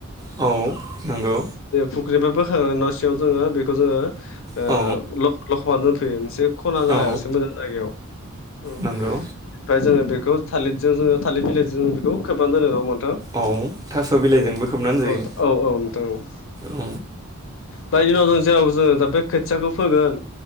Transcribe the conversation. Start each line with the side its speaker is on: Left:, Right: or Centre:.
Right: औ नंगौ
Left: फुख्रिनिफ्राय बोखांनानै न' सिङाव जोङो बेखौ जोङो ओ
Right: औ
Left: ल-लखबा दोनफैयो मोनसे खना जायासो
Right: औ
Left: मोजां जायगायाव औ
Right: नंगौ
Left: ओमफ्राय जोङो बेखौ थालिरजों जोङो थालिर बिलाइजों जों बेखौ खोब दोनो नङा होनबा नोंथां।
Right: औ थास' बिलाइजोंबो
Left: औ
Right: खोबनानै जायो
Left: औ औ औ नोंथां औ
Right: औ
Left: दाय दिनाव जों जेराव जोङो दा बे खोथियाखौ फोगोन